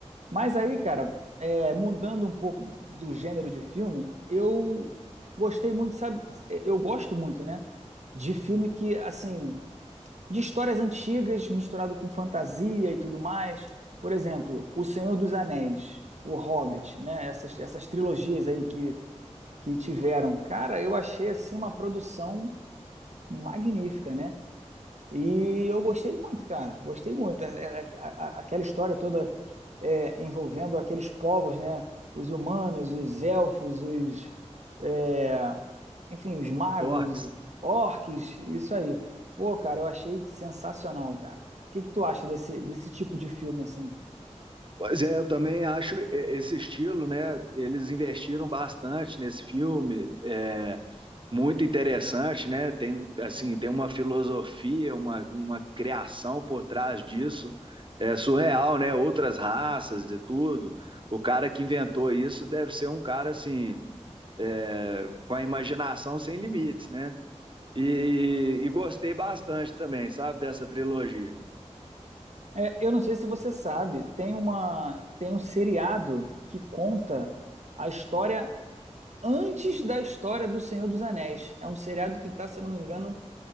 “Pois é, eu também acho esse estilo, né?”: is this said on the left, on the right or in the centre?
Right